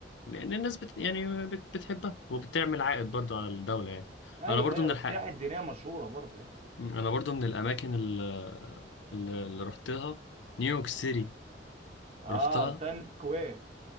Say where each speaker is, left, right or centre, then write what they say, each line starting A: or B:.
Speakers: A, on the left; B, on the right.
A: لأن الناس بت يعني بت بتحبها وبتعمل عائد برضو على الدولة يعني
B: ايوه
A: أنا برضو
B: ايوه
A: من الحق
B: السياحة الدينية مشهورة برضه يعني.
A: أنا برضو من الأماكن اللي, اللي رحتها نيويورك سيتي
B: اه
A: رحتها
B: تايم سكوير